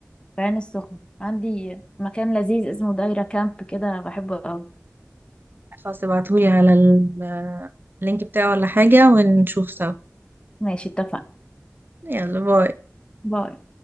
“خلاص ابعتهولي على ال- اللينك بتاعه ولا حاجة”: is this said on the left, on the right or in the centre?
Right